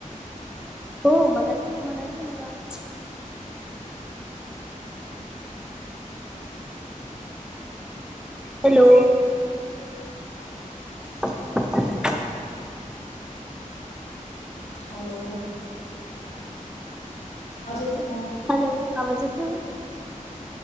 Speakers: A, in the centre; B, on the left (about 55°).
A: हो मला येतो तुम्हाला येतो का माझा आवाज? हॅलो ह
B: हॅलो आवाज येतो का?
A: हॅलो आवाज येतोय